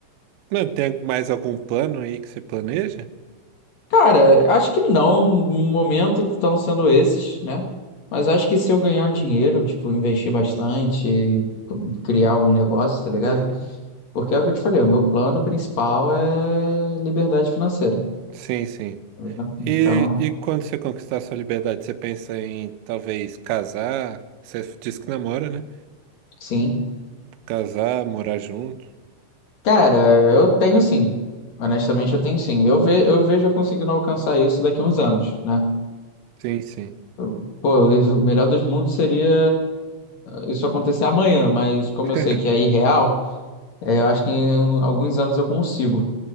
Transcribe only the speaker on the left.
cara, acho que não, no momento estão sendo esses, né? Mas acho que se eu ganhar dinheiro, tipo, investir bastante, criar algum negócio, tá ligado?
Porque é o que eu te falei, o meu plano principal é liberdade financeira.
né? Então,
sim.
Cara, eu tenho sim. Honestamente, eu tenho sim. Eu, ve eu vejo eu conseguindo alcançar isso daqui a uns anos, né?
Eu- Pô, o melhor dos mundos seria eh, isso acontecer amanhã, mas como
eu sei que é irreal, é, eu acho que em um- alguns anos eu consigo.